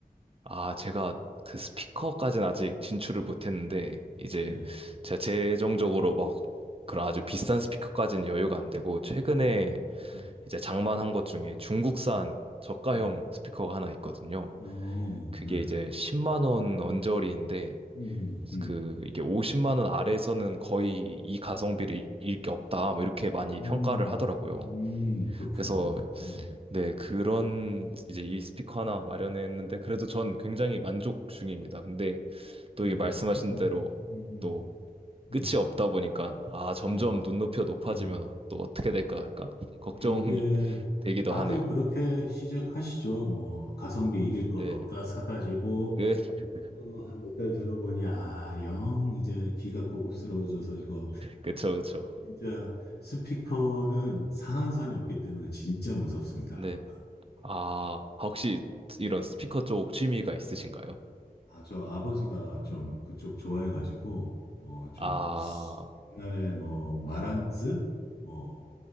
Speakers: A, on the right; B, on the left.
A: 아, 제가 그 스피커까지는 아직 진출을 못했는데, 이제
B: 네.
A: 제가 재정적으로 막 그런 아주
B: 음,
A: 비싼 스피커까지는 여유가 안 되고, 최근에
B: 음, 네.
A: 이제 장만한 것 중에 중국산 저가형
B: 네.
A: 스피커가 하나 있거든요.
B: 어,
A: 그게
B: 네.
A: 이제 10만 원 언저리인데,
B: 음, 음,
A: 그 이게 50만 원 아래에서는 거의 이 가성비를 이길 게 없다, 뭐 이렇게 많이
B: 음,
A: 평가를 하더라고요.
B: 음, 그렇구나.
A: 그래서
B: 네.
A: 네, 그런 이제 이 스피커
B: 네.
A: 하나 마련했는데, 그래도 전 굉장히 만족 중입니다. 근데 또
B: 네.
A: 이게 말씀하신
B: 음,
A: 대로
B: 음,
A: 또 끝이
B: 음,
A: 없다 보니까 아, 점점
B: 네.
A: 눈높이가 높아지면
B: 네.
A: 어- 또 어떻게 될까 약간 걱정이
B: 이게
A: 되기도
B: 다들
A: 하네요.
B: 그렇게 시작하시죠. 뭐 가성비 이길 것
A: 네.
B: 없다 사가지고
A: 그, <laughs>
B: 어, 한 몇 달 들어보니 아, 영 이제 귀가 고급스러워져서 이거
A: 그쵸, 그쵸.
B: 진짜 스피커는 상한선이 없기 때문에 진짜 무섭습니다.
A: 네. 아, 혹시 이런 스피커 쪽 취미가 있으신가요?
B: 아, 저 아버지가 좀 그쪽 좋아해가지고 어, 좀
A: 아,
B: 옛날에 뭐 마란츠 뭐